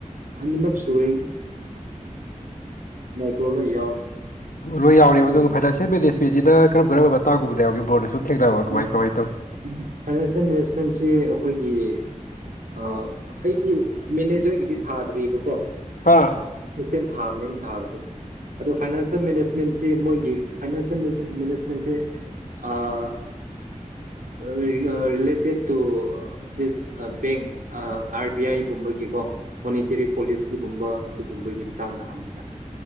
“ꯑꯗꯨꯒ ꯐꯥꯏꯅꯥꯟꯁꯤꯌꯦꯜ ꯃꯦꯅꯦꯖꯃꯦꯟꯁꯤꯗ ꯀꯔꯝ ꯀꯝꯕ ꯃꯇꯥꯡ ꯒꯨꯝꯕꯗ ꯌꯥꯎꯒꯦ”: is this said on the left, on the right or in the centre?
Left